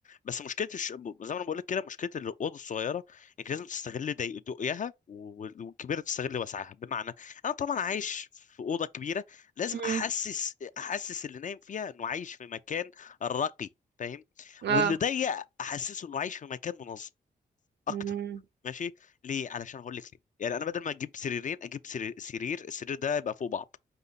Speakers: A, on the left (about 45°); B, on the right (about 75°).
A: بس مشكله الش... زي ما انا بقول لك كده مشكله الاوضه الصغيره انك لازم تستغل ضيق- ضيقها و- والكبيره تستغل وسعها بمعنى انا طبعا عايش في اوضه كبيره لازم
B: مم.
A: احسس احسس اللي نايم فيها انه عايش في مكان راقي فاهم
B: اه
A: واللي ضيق احسسه انه عايش في مكان منظم
B: مم.
A: اكتر ماشي ليه علشان هقول لك ليه يعني انا بدل ما اجيب سريرين اجيب سرير سرير السرير ده يبقى فوق بعض